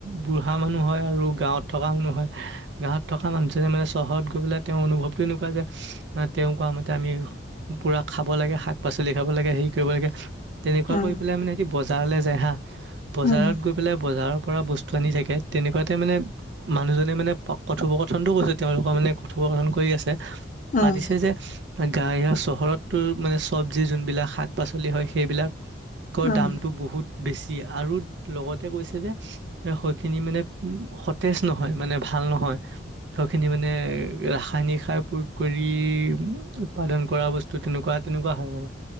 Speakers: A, on the right; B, on the left.
A: বুঢ়া মানুহ হয় আৰু গাঁৱত থকা মানুহ নহয় গাঁৱত থকা মানুহজ মানে চহৰত গৈ পেললে তেওঁ অনুভৱটো এনেকুৱা যে তেওঁ কোৱা মতে আমি পুৰা খাব লাগে। শাক-পাচলি খাব লাগে হেৰি কৰিব লাগে তেনেকুৱা
B: উম,
A: কৰি পেলাই মানে স বজাৰলৈ যায় হা বজাৰত
B: উম।
A: গৈ পেলাই বজাৰৰ পৰা বস্তু আনি থাকে। তেনেকুৱাতে মানে মানুহজনিৰ মানে কথোপকথনতটো কৈছে তেওঁলোকৰ মা নে কথোপকথন কৰি আছে।
B: উম,
A: পাতিছে যে গা ইয়া চহৰতো মানে চবজি যোনবিলাক শাক পাচলি হয় সেইবিলাক
B: উম, উম,
A: দামতটো বহুত বেছি আৰু লগত তেওঁ কৈছে যে সৈখিনি মানে সতেজ নহয়, মানে ভাল নহয়। থ খিনি মানে ৰাসায়নিক সাৰ প্ৰয়োগ কৰি উৎপাদন কৰা বস্তু তেনেকুৱা তেনেকুৱা হয় মানে।